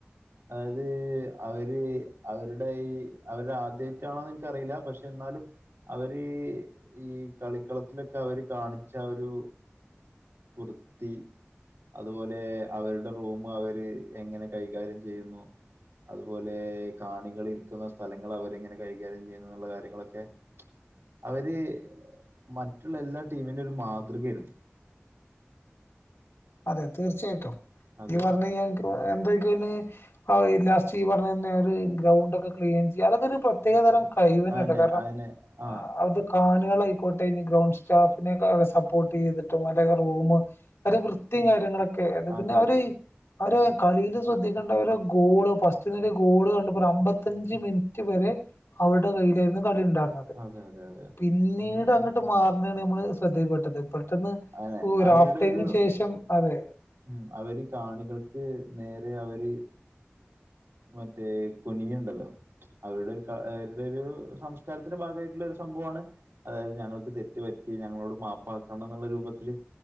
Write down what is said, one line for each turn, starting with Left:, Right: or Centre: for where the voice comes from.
Right: അത് അവര് അവരുടെ ഈ അവര്ടെ ആദ്യയിട്ടാണോന്ന് എനിക്കറിയില്ല പക്ഷെ എന്നാലും അവര് ഈ കളിക്കളത്തിലൊക്കെ അവര് കാണിച്ച ആ ഒരു വൃത്തി അതുപോലെ അവരുടെ റൂം മവര് എങ്ങനെ കൈകാര്യം ചെയ്യുന്നു അതുപോലെ കാണികള് ഇരിക്കുന്ന സ്ഥലങ്ങൾ അവരെങ്ങനെ കൈകാര്യം ചെയ്യുന്നുന്നുള്ള കാര്യങ്ങളൊക്കെ അവര് മറ്റുള്ള എല്ലാ ടീമിന്റെ ഒരു മാതൃകയിരുന്നു
Left: അതെ തീർച്ചയായിട്ടും
Right: അതെ
Left: നി പറഞ്ഞ
Right: അതെ
Left: <unintelligible> എന്തൊക്കെയാണ് ഔ ലാസ്റ്റ് ഈ പറഞ്ഞ തന്നെ ഒരു ഗ്രൗണ്ട് ഒക്കെ ക്ലീൻ ചെയ്യാ അതൊക്കെ ഒരു പ്രത്യേക തരം കയിവന്നെട്ടാ
Right: അയന്നെ
Left: കാരണം
Right: അയന്നെ ആഹ്
Left: ആ അത് കാണികളായിക്കോട്ടെ ഇനി ഗ്രൗണ്ട് സ്റ്റാഫിനെ സപ്പോർട്ട് ചെയ്തിട്ടും അല്ലെങ്കി റൂം അത് വൃത്തിയും കാര്യങ്ങളൊക്കെ
Right: അതെ
Left: പിന്നെ അവര്
Right: അതെ
Left: അവര് കളിയില് ശ്രദ്ധിക്കേണ്ട ഒരു ഗോള് ഫസ്റ്റ്ന്ന് ഒരു ഗോള് കണ്ടപ്പോ ഒരു അമ്പത്തഞ്ച് മിനിറ്റ് വരെ അവരുടെ കയ്യിലായിയിരുന്നു കളി ഉണ്ടായിരുന്നത്
Right: അതെ അതെ അതെ അതെ
Left: പിന്നീട് അങ്ങട്ട് മാറുന്നതാണ് നമ്മളെ ശ്രദ്ധയിൽപ്പെട്ടത് പെട്ടന്ന്
Right: അതെ
Left: ഒരു
Right: അവരുടെ
Left: ഹാഫ് ടൈമിന്
Right: ഒരു
Left: ശേഷം അതെ
Right: ഉം അവര് കാണികൾക്ക് നേരെ അവര് മറ്റേ കുനിയുണ്ടല്ലോ അവരുടെ ഒരു അവരുടെ ഒരു സംസ്കാരത്തിന്റെ ഭാഗമായിട്ടുള്ള ഒരു സംഭവമാണ് അതായത് ഞങ്ങൾക്ക് തെറ്റ് പറ്റി ഞങ്ങളോട് മാപ്പാക്കണം എന്നുള്ള രൂപത്തില്